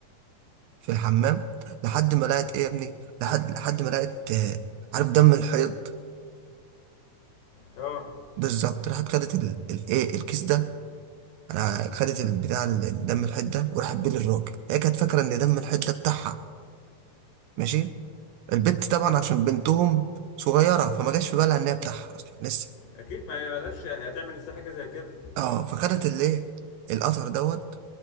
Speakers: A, on the right; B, on the left.
A: في الحمام لحد ما لقت ايه يا ابني لحد لحد ما لقت آه، عارف دم الحيض
B: اه
A: بالظبط راحت خدت ال- الايه الكيس ده انا خدت البتاع ال- دم الحيض ده وراحت بيه للراجل هي كانت فاكره ان دم الحيض ده بتاعها ماشي البت طبعا
B: امم
A: عشان بنتهم صغيره فما جاش في بالها ان هي بتاعها اصلا لسه
B: اكيد ما هي بلاش يعني هتعمل ازاي حاجه زي كده
A: اه فخدت الايه القطر دوت